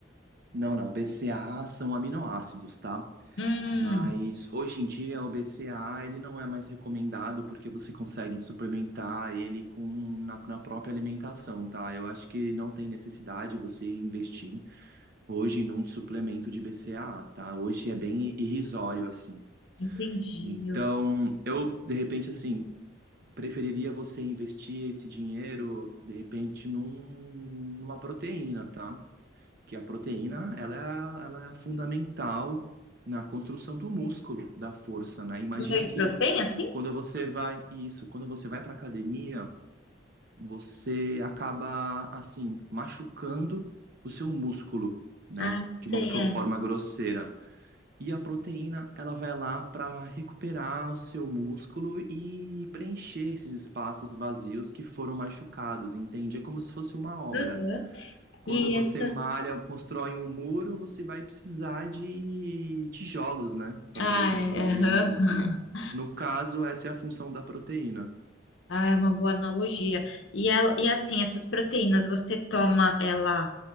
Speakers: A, on the right; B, on the left.
A: Não, não, BCAA são aminoácidos, tá?
B: Hum,
A: Mas hoje em dia o BCAA ele não é mais recomendado porque você consegue suplementar ele com na, na própria alimentação, tá? Eu acho que não tem necessidade você investir hoje num suplemento de BCAA, tá? Hoje é bem irrisório assim.
B: entendi.
A: Então, eu de repente assim, preferiria você investir esse dinheiro, de repente, num, numa proteína, tá? Que a proteína, ela é, a- ela é fundamental na construção do músculo, da força, né? Imagina
B: Um whey
A: que
B: protein, assim?
A: quando você vai, isso, quando você vai para academia, você acaba, assim, machucando o seu músculo, né?
B: Ah, sei,
A: De uma fro-
B: é.
A: forma grosseira. E a proteína, ela vai lá para recuperar o seu músculo e preencher esses espaços vazios que foram machucados, entende? É como se fosse uma obra.
B: Uhum.
A: Quando
B: E
A: você
B: essas...
A: malha, constrói um muro, você vai precisar de tijolos, né, para
B: Ah,
A: poder construir
B: é, é, aham.
A: o músculo.
B: <laughs>
A: No caso, essa é a função da proteína.
B: Ah, é uma boa analogia. E, ela, e assim, essas proteínas, você toma ela